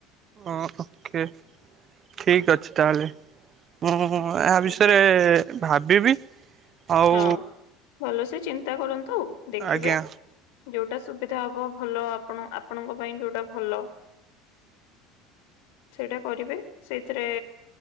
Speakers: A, on the right; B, on the left.
A: ଅଁ ଓକେ ଠିକ୍ ଅଛି ତାହେଲେ। ମୁଁ ଆ
B: ଆଜ୍ଞା
A: ବିଷୟରେ ଭାବିବି। ଆଉ
B: ହଁ ଭଲ ସେ ଚିନ୍ତା କରନ୍ତୁ ଦେଖିବେ।
A: ଆଜ୍ଞା
B: ଯୋଉଟା ସୁବିଧା ହବ ଭଲ ଆପଣ ଆପଣଙ୍କ ପାଇଁ ଯୋଉଟା ଭଲ। ସେଇଟା କରିବେ ସେଇଥିରେ।